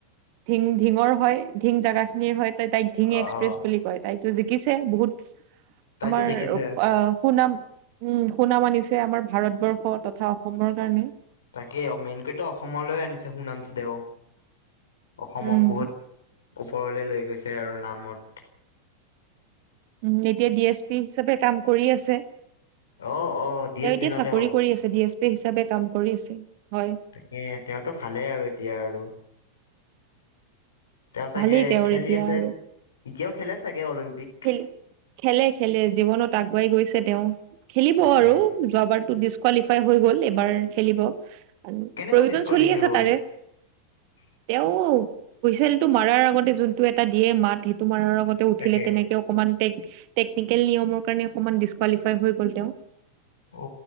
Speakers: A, on the right (about 45°); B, on the left (about 65°).
A: ঢিঙ ঢিঙৰ হয় ঢিঙ জাগা খিনিৰ হয়। তাইক তাইক ঢিঙ
B: আহ
A: এক্সপ্ৰেছ বুলি কয় তাইতো জিকিছে বহুত,
B: তাইতো
A: আমাৰ
B: জিকিছে
A: সুনাম উম সুনাম আনিছে আমাৰ ভাৰতবৰ্ষ তথা অসমৰ কাৰণে।
B: তাকেই মেইনকৈতো অসমলৈ আনিছে সুনামটো তেওঁ, অসমক
A: উম
B: বহুত ওপৰলে লৈ গৈছে আৰু নামত।
A: উম, এতিয়া ডি এছ পি হিচাপে কাম কৰি আছে,
B: অ অ ডি
A: তেওঁ
B: এছ
A: এতিয়া
B: মিনতে
A: চাকৰি
B: অ
A: কৰি আছে। ডি এছ পি হিচাপে কাম কৰি আছে হয়।
B: তাকে তেওঁতো ভালেই আৰু এতিয়া আৰু। তেওঁ চাগে
A: ভালেই তেওঁৰ
B: খেলি
A: এতিয়া
B: আছে,
A: আৰু
B: এতিয়াও খেলে চাগে অলিম্পিক।
A: খেল খেলে খেলে জীৱনত আগুৱাই গৈছে তেওঁ খেলিব
B: তাকে
A: আৰু। যোৱাবাৰতো ডিচকুৱালিফাই হৈ গ'ল এবাৰ খেলিব, আৰু
B: কেনেকৈ
A: প্ৰয়োজন
B: ডিচকুৱালিফাই
A: চলি আছে তাৰে।
B: <inaudible>
A: তেওঁ হুইচলটো মাৰাৰ আগতে যোনটো এটা দিয়ে, মাত সেইটো মাৰাৰ আগত তেওঁ উঠিলে
B: তাকে
A: তেনেকে অকমান টেকনিকেল নিয়মৰ কাৰণে অকমান ডিচকুৱালিফাই হৈ গ'ল তেওঁ।
B: অ,